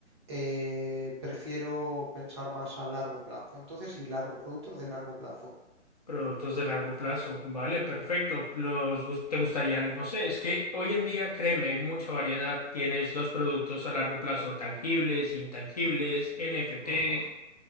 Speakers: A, on the right; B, on the left.
A: eh, prefiero pensar más a largo plazo. Entonces, sí, largo, productos de largo plazo.
B: Productos de largo plazo. Vale, perfecto. Los gus- te gustarían, no sé, es que hoy en día, créeme, hay mucha variedad. Tienes los productos a largo plazo tangibles, intangibles, NFTs,
A: Ujú.